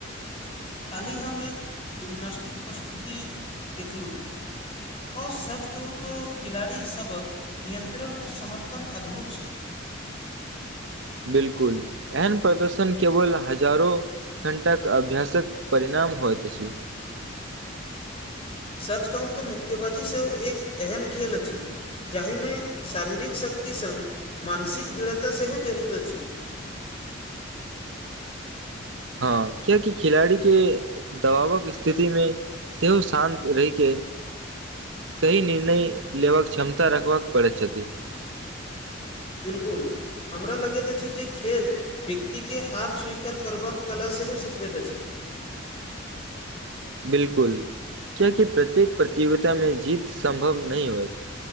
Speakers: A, on the left; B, on the right.
A: काल्हि हम एक जिम्नास्टिक प्रस्तुति देखलहुँ असत कहू त खिलाड़ीसभक नियन्त्रण आओ समर्पण अद्भुत छल
B: बिलकुल एहन प्रदर्शन केवल हजारो घण्टाक अभ्यासक परिणाम होइत अछि
A: सच कहू तऽ मुक्केबाजी सेहो एक एहन खेल अछि जाहिमे शारीरिक शक्ति संग मानसिक दृढ़ता सेहो जरूर अछि
B: हँ क्य क खिलाड़ी के दबावक स्थिति में सेहो शान्त रहिके सही निर्णय लेबऽ क्षमता रखबाकऽ पड़ैत छथिन
A: बिलकुल हमरा लगैत अछि जे खेल व्यक्तिके हार स्वीकार करबाक कला सेहो सिखबैत अछि
B: बिलकुल क्य कि प्रत्येक प्रतियोगिता में जीत सम्भव नहि होइ